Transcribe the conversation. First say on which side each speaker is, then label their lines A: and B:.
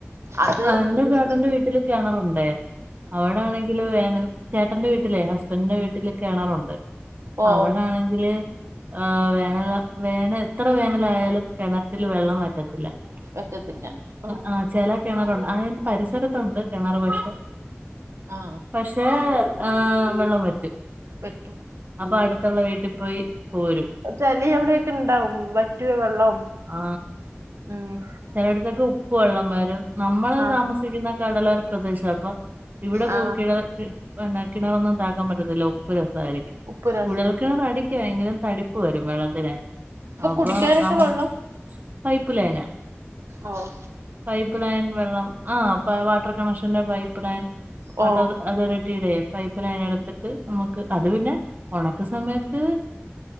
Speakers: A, on the right; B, on the right.
A: അത്
B: ആ എന്റെ
A: പ്രതീക്ഷിച്ചിട്ട്
B: ചേട്ടന്റെ വീട്ടില് കെണറുണ്ടേ അവിടൊണെങ്കില് വേനൽ ചേട്ടന്റെ വീട്ടിലെ ഹസ്ബ പ്പന്റെ വീട്ടില് കിണറുണ്ട്
A: ഓ
B: അവടാണെങ്കില് ആഹ് വേനല വേന എത്ര വേനലായാലും കിണറ്റ് ല് വെള്ളം വറ്റത്തില്ല ഏ
A: പറ്റത്തില്ല ഉം,
B: ആ ചില കിണറണ്ട് ആതിന്റെ പരിസരത്തുണ്ട് കിണർ പശെ
A: ആഹ്
B: പക്ഷേ ആ വെള്ളം വറ്റും
A: പറ്റും
B: അപ്പൊ അടുത്തുള്ള വീട്ടിൽ പോയി പോരും
A: ചലി എവിടെയൊക്കെ ഇണ്ടാവും വറ്റേ വെള്ളം
B: ആ
A: ഉം
B: ചിലയിടത്തൊക്കെ ഉപ്പ് വെള്ളം വരും നമ്മള്
A: ആ
B: താമസിക്കുന്ന കടലോര പ്രദേശ അപ്പൊ ഇവിടെ കൂട്ടി
A: ആ
B: പിന്നെ കിണറൊന്നും താക്കാൻ പറ്റത്തില്ല ഉപ്പ് രസായിയിരിക്കും
A: ഉപ്പ് രസം
B: കുഴൽ കിണർടി ക്ക് ഭയങ്കരം തടിപ്പ് വരും വെള്ളത്തിനേ അപ്പൊ
A: കുടിക്കാനൊക്കെ
B: നമു,
A: വെള്ളം
B: പൈപ്പ് ലൈനാ
A: ഓഹ്
B: പൈപ്പ് ലൈൻ വെള്ളം ആ വാട്ടർ കണക്ഷന്റെ പൈപ്പ് ലൈൻ
A: ഓ
B: വട്ടർ അതോറിറ്റിയുടെ പൈപ്പ് ലൈൻ എടുത്തിട്ട് നമുക്ക് അത് പിന്നെ ഉണക്ക സമയത്ത്